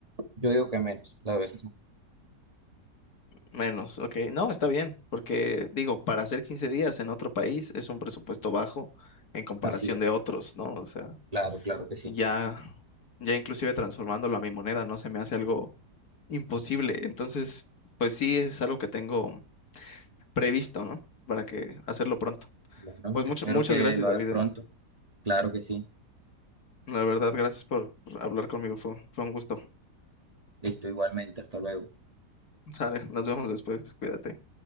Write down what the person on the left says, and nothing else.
Menos, ok. No, está bien, porque digo, para hacer 15 días en otro país es un presupuesto bajo en comparación
de otros, ¿no? O sea,
ya, ya inclusive transformándolo a mi moneda no se me hace algo imposible. Entonces, pues sí, es algo que tengo previsto, ¿no? Para que hacerlo pronto.
Pues
mucho, muchas
gracias,
David.
La verdad, gracias por hablar conmigo. Fue, fue un gusto.
Sale, nos vemos después. Cuídate.